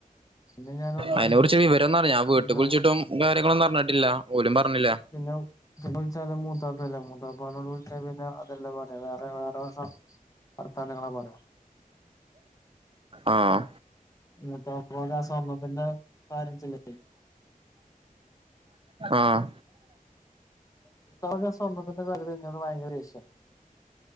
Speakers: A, on the left; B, on the right.
A: പിന്നെ ഞാനൊന്നും
B: അയിനോട്‌ ച്ചാ വിവരം ന്നറിയാ ഞാൻ
A: അറിഞ്ഞിട്ടില്ല
B: വീട്ട്ക്ക് വിളിച്ചിട്ടും കാര്യങ്ങളൊന്നും അറിഞ്ഞിട്ടില്ല ഓലും പറഞ്ഞില്ല
A: പിന്നെ പിന്നെ വിളിച്ചാലും മൂത്താപ്പാല്ലേ മൂത്താപ്പാനോട്‌ വി പിന്നിപ്പോ അതല്ല പറയാ വേറെ വേറെ വർത്താനങ്ങളാ പറയാ
B: ആഹ്
A: മൂത്താപ്പാൻ്റെ ആ സ്വർണ്ണത്തിന്റെ ബാലൻസില്ലേ
B: ആഹ്
A: മൂത്താപ്പാക്ക് ആ സ്വർണ്ണത്തിന്റെ കാര്യത്തിൽ ഇന്നോട് ഭയങ്കര ദേഷ്യ